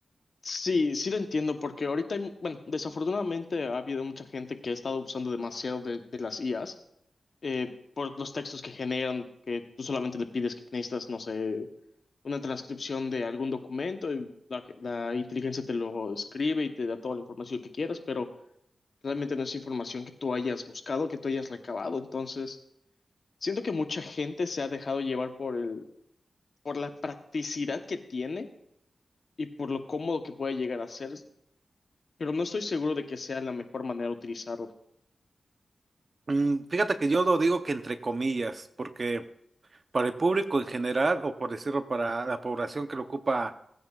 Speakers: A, on the left (about 65°); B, on the right (about 50°).
A: Sí, sí lo entiendo, porque ahorita, hay mu- bueno, desafortunadamente ha habido mucha gente que ha estado usando demasiado de, de las IAs eh, por los textos que generan, que tú solamente le pides que necesitas, no sé, una transcripción de algún documento y la, la inteligencia te lo escribe y te da toda la información que quieras, pero realmente no es información que tú hayas buscado, que tú hayas recabado. Entonces, siento que mucha gente se ha dejado llevar por el, por la practicidad que tiene y por lo cómodo que puede llegar a ser, pero no estoy seguro de que sea la mejor manera de utilizarlo.
B: Mm, Fíjate que yo lo digo que entre comillas, porque para el público en general, o por decirlo, para la población que lo ocupa